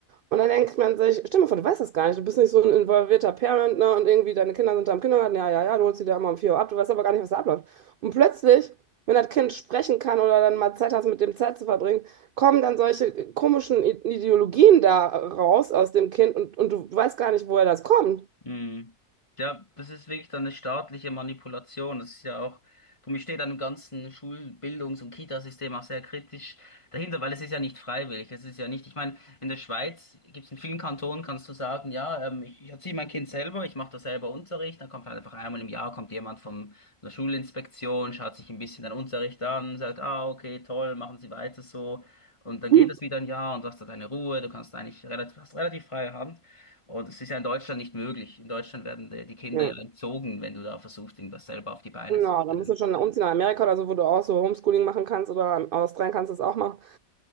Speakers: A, on the right; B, on the left.
A: Und dann denkt man sich, stell dir mal vor, du weißt das gar nicht, du bist nicht so ein involvierter Parent, ne? Und irgendwie deine Kinder sind da im Kindergarten, ja, ja, ja, du holst die da immer um 4 Uhr ab, du weißt aber gar nicht, was da abläuft. Und plötzlich, wenn das Kind sprechen kann oder dann mal Zeit hast, mit dem Zeit zu verbringen, kommen dann solche komischen I- Ideologien da raus aus dem Kind und, und du weißt gar nicht, woher das kommt. <laughs>
B: Mhm. Ja, das ist wirklich dann eine staatliche Manipulation. Das ist ja auch, darum ich stehe dann im ganzen Schul-, Bildungs- und Kitasystem auch sehr kritisch dahinter, weil es ist ja nicht freiwillig. Es ist ja nicht, ich meine, in der Schweiz gibt es in vielen Kantonen, kannst du sagen, ja, ähm, ich, ich erziehe mein Kind selber, ich mache da selber Unterricht, dann kommt halt einfach einmal im Jahr, kommt jemand von der Schulinspektion, schaut sich ein bisschen den Unterricht an, sagt, ah, okay, toll, machen Sie weiter so. Und dann
A: Hm.
B: geht es wieder ein Jahr und du hast da deine Ruhe, du kannst eigentlich relativ, hast relativ freie Hand. Und es ist ja in Deutschland nicht möglich. In Deutschland werden die die Kinder
A: Ja,
B: ja entzogen, wenn du da versuchst, irgendwas selber auf die Beine
A: genau,
B: zu stellen.
A: da musst du schon umziehen nach Amerika oder so, wo du auch so Homeschooling machen kannst oder Australien kannst du es auch machen.